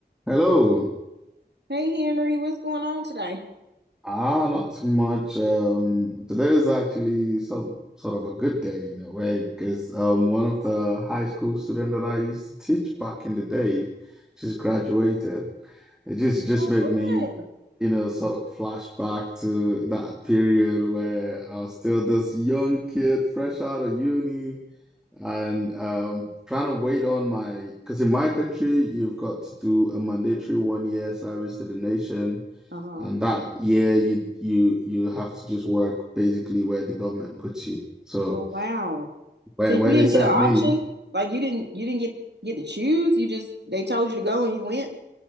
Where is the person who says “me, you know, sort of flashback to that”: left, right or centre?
Centre